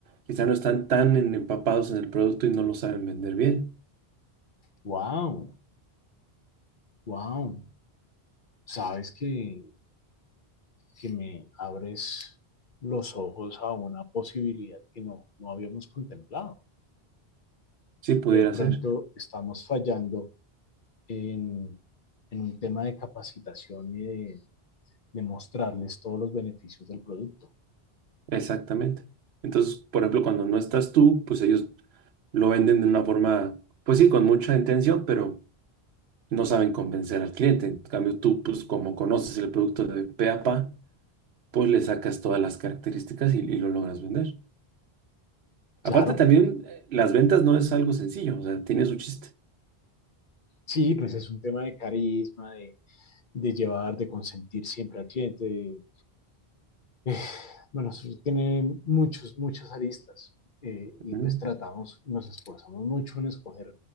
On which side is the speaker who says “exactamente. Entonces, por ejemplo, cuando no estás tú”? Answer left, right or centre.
Right